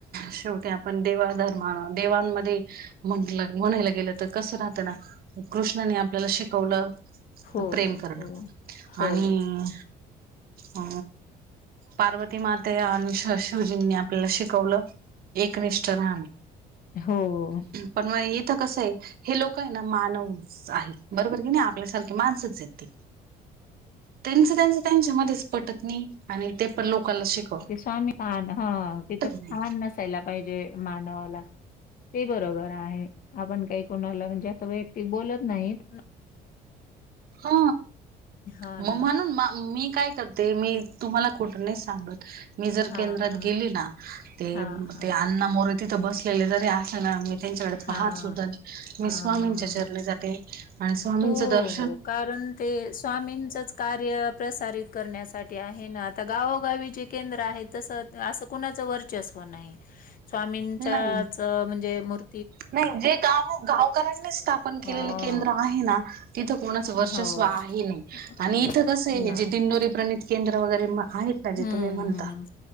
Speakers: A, on the right (about 60°); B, on the left (about 55°).
A: शेवटी आपण देवाधर्मा देवांमध्ये म्हटलं म्हणायला गेलं तर कसं राहत ना, कृष्णानी आपल्याला शिकवलं.
B: हो
A: प्रेम करणं
B: हो हो
A: आणि अ पार्वती माता आणि श आपल्याला शिकवलं एकनिष्ठ राहान.
B: हो....
A: पण मग इथं कसं आहे, हे लोकं आहे ना मानव च आहे बरोबर की नाही आपल्यासारखी माणसंच आहेत ते त्यांच- त्यांच त्यांच्या मध्येच पटत नाही आणि ते पण लोकांना शिक
B: स्वामी पाहा नं ह तिथं स्थान
A: नाही
B: नसायला पाहिजे मानवाला ते बरोबर आहे आपण काही कोणाला म्हणजे असं वैयक्तिक बोलत नाहीत.
A: हा
B: हा
A: मग
B: ना
A: म्हणून म मी काय करते, ते मी तुम्हांला खोटं नाही सांगत. मी जर
B: हा
A: केंद्रात
B: हा
A: गेली ना, ते
B: हा हा
A: ते अण्णा मोरे तिथं बसलेले जरी असले ना मी त्यांच्याकडे पाहत
B: हा
A: सुद्धा नाही मी
B: हा
A: स्वामींच्या चरणी जाते आणि स्वामींच
B: हो
A: दर्श
B: हो कारण ते स्वामींचच कार्य प्रसारित करण्यासाठी ते आहे ना आता गावोगावी जे केंद्र आहे तसं असं कुणाचं वर्चस् व नाही स्वामींच्याच
A: नाही
B: म्हणजे मूर्
A: नाही जे गाव गावकऱ्यांनी स्थापन
B: हा
A: केलेले केंद्र आहे ना, तिथं कोणाचं वर्चस्व
B: हो
A: आहे नाही
B: हो
A: आणि इथं कसं आहे
B: ना
A: जे दिंडोरी प्रणित केंद्र वगैरे आहेत ना, जे
B: हम्म
A: तुम्हीं म्हणता,
B: हम्म